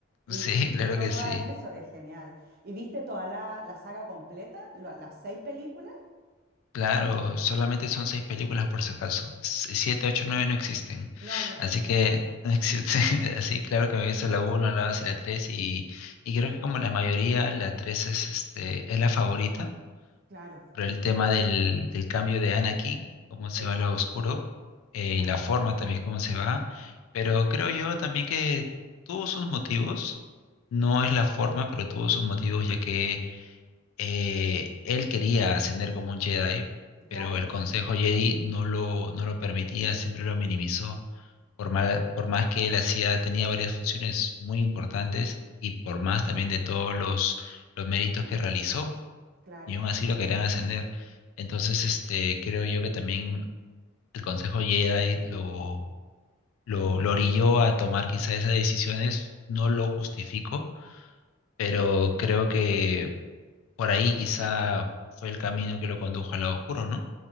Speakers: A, on the right (about 45°); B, on the left (about 80°).
A: Y,
B: Sí, <laughs> claro
A: y todo
B: que sí.
A: va en eso, es genial. ¿Y viste toda la, la saga completa, lo- las seis películas?
B: Claro, solamente son seis películas por si acaso. S- Siete, ocho, nueve
A: Sí.
B: no existen.
A: No, no existen.
B: Así que no existe. <laughs> Así, claro que me he visto la uno, la dos y la tres. Y, y creo que como la mayoría, la tres es, este, es la favorita.
A: Claro,
B: Por el tema del, del cambio de Anakin, cómo
A: sí,
B: se va al lado oscuro, eh,
A: claro,
B: y la forma también cómo se va. Pero creo yo también que tuvo sus motivos. No es la forma, pero tuvo sus motivos, ya que eh, él quería ascender como un Jedi,
A: claro
B: pero el
A: que
B: Consejo
A: sí,
B: Jedi no lo, no lo permitía, siempre lo minimizó. Por mal- por más que él hacía, tenía varias funciones muy importantes y por más también de todos los, los méritos que realizó,
A: claro.
B: y aún así lo querían ascender. Entonces, este, creo yo que también el Consejo Jedi lo, lo, lo orilló a tomar quizá esas decisiones. No lo justifico, pero creo que por ahí quizá fue el camino que lo condujo al lado oscuro, ¿no?